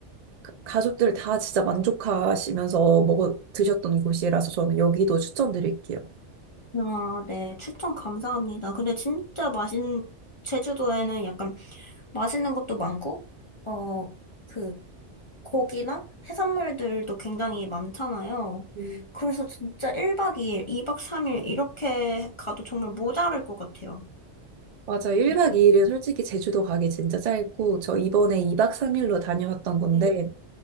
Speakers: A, on the right; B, on the left.
A: 가- 가족들 다 진짜 만족하시면서 먹어 드셨던 곳이라서 저는 여기도 추천드릴게요.
B: 아, 네. 추천 감사합니다. 근데 진짜 맛있는, 제주도에는 약간 맛있는 것도 많고, 어, 그 고기나 해산물들도 굉장히 많잖아요.
A: 음.
B: 그래서 진짜 1박 2일, 2박 3일 이렇게 가도 정말 모자랄 것 같아요.
A: 맞아. 1박
B: 네.
A: 2일은 솔직히 제주도 가기 진짜 짧고, 저 이번에 2박 3일로 다녀왔던 건데,
B: 네,